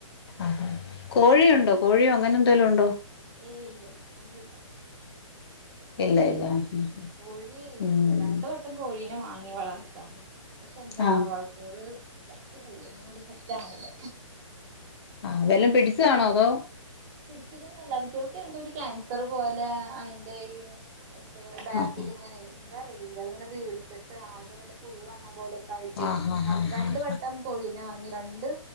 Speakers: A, on the left; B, on the right.
A: ആ കോഴിയുണ്ടോ കോഴിയോ അങ്ങനെ എന്തെലും ഉണ്ടോ?
B: ഏയ് ഇല്ലല്ല മുഴുവില്ല
A: ഇല്ല ഇല്ല ഉം
B: കോഴി
A: ഉം
B: രണ്ട് വട്ടം കോഴി നെ വാങ്ങി വളർത്താന് പക്ഷെ എന്താണാവോ
A: ആഹ്
B: അത്കള് ചത്ത് പോവ്വ ഇവിടെ സെറ്റ് ആവണില്ല
A: ആ വെല്ലം പിടിച്ചതാണോ അതോ
B: പിടിച്ചതൊന്നുമല്ല അവറ്റകൾക്ക് എന്തോ ഒരു ക്യാൻസർ പോലെ അയിന്റെ ഈ എന്താ പറയാ ബാക്കിൽ
A: ആഹ്
B: ഇങ്ങനെ അതറിയില്ല ഇങ്ങനെ വീർത്തിട്ട് ആകെ വല്ല പുഴു വന്ന പോലെ ട്ടെ
A: ആഹ് ആഹ് ആഹ്
B: രണ്ട്
A: ആഹ്
B: വട്ടം കോഴീനെ വാങ്ങി രണ്ട്